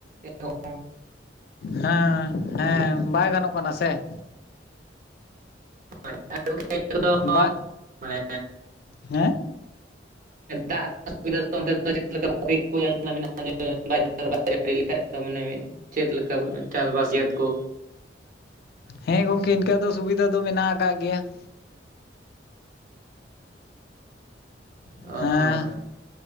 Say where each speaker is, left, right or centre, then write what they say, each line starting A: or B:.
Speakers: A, on the right; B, on the left.
A: ᱚ ᱚ
B: ᱦᱮᱸ ᱦᱮᱸ ᱵᱟᱭ ᱜᱟᱱᱚᱜ ᱠᱟᱱᱟ ᱥᱮ ᱾
A: <unintelligible> ᱮ ᱱᱤᱛᱚᱜ ᱫᱚ
B: ᱵᱟ
A: ᱢᱟᱱᱮ
B: ᱦᱮᱸ
A: ᱫᱟᱜ ᱦᱚᱸ ᱥᱩᱵᱤᱫᱷᱟ ᱫᱚ ᱚᱱ ᱫᱚ ᱪᱮᱫ <unintelligible> ᱢᱮᱱᱟᱜᱼᱟ ᱫᱟᱜ ᱡᱟᱹᱲᱤ ᱞᱮᱠᱷᱟᱡ ᱫᱚ ᱢᱟᱱᱮ ᱪᱮᱫ ᱞᱮᱠᱟ ᱪᱟᱥᱵᱟᱥ ᱮᱭᱟᱛ ᱠᱚ
B: ᱦᱮᱸ ᱜᱚᱝᱠᱮ ᱤᱱᱠᱟᱹ ᱫᱚ ᱥᱩᱵᱤᱫᱷᱟ ᱫᱚ ᱢᱮᱱᱟᱜ ᱟᱠᱟᱫ ᱜᱮᱭᱟ ᱾
A: ᱦᱳᱭ
B: ᱦᱮᱸ